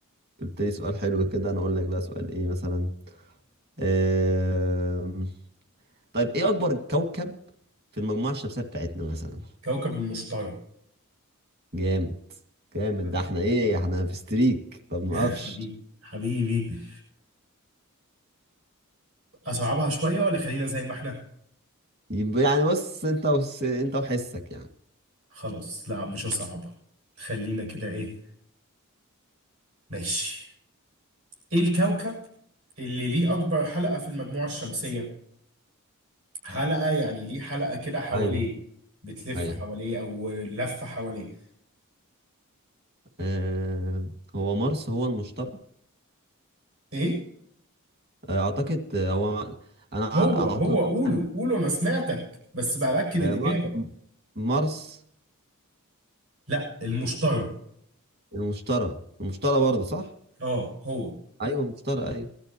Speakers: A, on the right (about 45°); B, on the right (about 75°).
A: قلت لي سؤال حلو كده أنا أقول لك بقى سؤال إيه مثلا آم... طيب إيه أكبر كوكب في المجموعة الشمسية بتاعتنا مثلا
B: كوكب المشتري
A: جامد جامد
B: حبيبي
A: ده احنا إيه احنا في ستريك ما بنوقفش
B: <laughs> حبيبي حبيبي اصعبها شوية ولا خلينا زي ما احنا
A: يبقى يعني بص أنت وس... أنت وحسك يعني
B: خلاص لا مش هصعبها خلينا كده ايه ماشي ايه الكوكب اللي ليه اكبر حلقة في المجموعة الشمسية حلقة يعني ليه حلقة كده حواليه
A: ايوه
B: بتلف
A: ايوه
B: حواليه او لفة حواليه
A: آه، هو مارس هو المشترك
B: ايه
A: آه، اعتقد آه، هو انا عار...
B: هو
A: أعت...
B: هو قوله
A: يعني
B: قوله انا سمعتك بس باكد
A: آه،
B: الاجابة
A: مار... مارس
B: لا المشتري
A: المشترى المشترى برضه صح
B: اه هو
A: ايوه المشترى ايوه